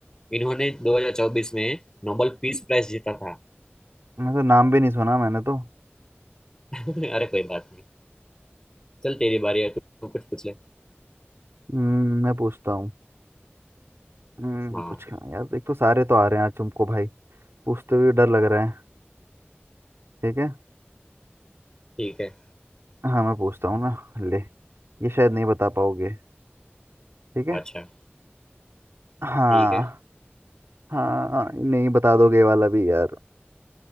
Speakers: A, on the left; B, on the right.
A: इन्होंने 2024 में नोबेल पीस प्राइज जीता था
B: मैं तो नाम भी नहीं सुना मैंने तो
A: <laughs> अरे कोई बात नहीं चल तेरी बारी है तू कुछ पूछ ले
B: हम्म मैं पूछता हूँ हम्म
A: हाँ
B: कुछ खा- यार एक तो सारे तो आ रहे हैं आज तुमको भाई पूछते हुए डर लग रहा है ठीक है
A: ठीक है
B: हाँ मैं पूछता हूँ ना ले ये शायद नहीं बता पाओगे ठीक है
A: अच्छा
B: हाँ
A: ठीक है
B: हाँ नहीं बता दोगे ये वाला भी यार